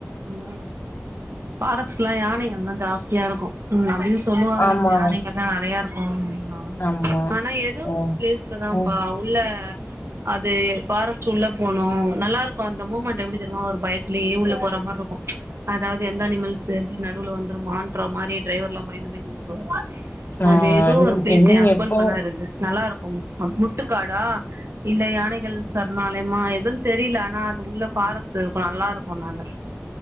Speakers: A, on the right; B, on the left.
A: உம் பாரஸ்ட்லா யானைகள் தா ஜாஸ்தியா இருக்கு உம் அப்டின்னு சொல்லுவாங்க
B: ஆமா,
A: யானைகள்லா நெறய இருக்கு ம்
B: ஆமா.
A: ஆனா ஏதோ
B: ம்,
A: ஒரு பிளேஸ்லதாப்பா
B: ம்.
A: உள்ள அது ஃபாரஸ்டு உள்ள போனு நல்லா இருக்கு அந்த மூமெண்ட் எப்டி தெரியமோ ஒரு பயத்திலயே உள்ள போற மாரி இருக்கு அதாவது எந்த அனிமல்ஸு எப்ப நடுவுல வந்துரு மாற்ற மாரி டிரைவர் எல்லா பயந்து பயந்து ஓட்டுவ
B: ஆ
A: அது ஏதோ
B: இன்
A: ஒரு பிளேஸ்
B: இனி
A: எ ஹஸ்பண்ட்
B: எப்போ
A: சொன்னாரு நல்லா இருக்கு முட்டுக்காடா இல்ல யானைகள் சரணாலயமா எதுன்னு தெரியல ஆனா அது உள்ள ஃபாரஸ்ட் இருக்கு நல்லா இருக்கு நாங்க